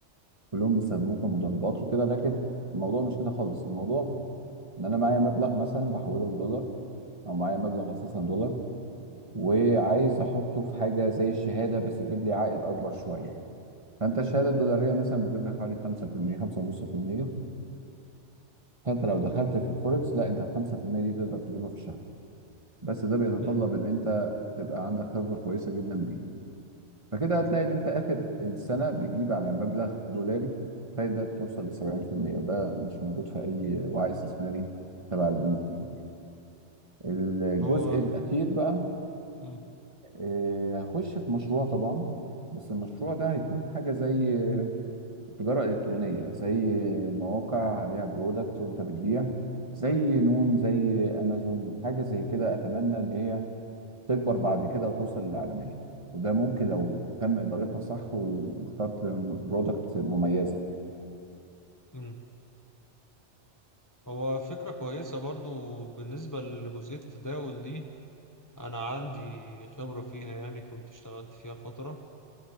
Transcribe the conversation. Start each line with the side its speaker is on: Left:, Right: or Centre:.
Right: كلهم بيستخدموه كمضاربات وكده لكن الموضوع مش كده خالص الموضوع ان انا معايا مبلغ مثلا بحوله لدولار او معايا مبلغ اساسا دولار وعايز احطه في حاجه زي الشهاده بس يجيب لي عائد اكبر شويه فانت الشهاده الدولاريه مثلا بتجيب لك حوالي 5% 5.5% فانت لو دخلت في الفوركس لا انت ال 5% دي تقدر تجيبها في الشهر بس ده بيتطلب
Left: مم.
Right: ان انت تبقى عندك خبره كويسه جدا بيه. فكده هتلاقي ان انت اخر السنه بتجيب على مبلغ دولاري فايده بتوصل ل 70% وده مش موجود في اي وعي استثماري تبع البنوك يعني الجزء
Left: هو
Right: الاخير بقى
Left: مم.
Right: آه، هخش في مشروع طبعا بس المشروع ده هيكون حاجه زي تجاره الكترونيه زي مواقع عليها برودكت وانت بتبيع زي نون زي امازون حاجه زي كده اتمنى ان هي تكبر بعد كده وتوصل للعالمية وده ممكن لو تم إدارتها صح و- واخترت برودكت مميزة يعني
Left: مم. هو فكرة كويسة برضو بالنسبة لجزئية التداول دي أنا عندي خبرة فيها يعني كنت اشتغلت فيها فترة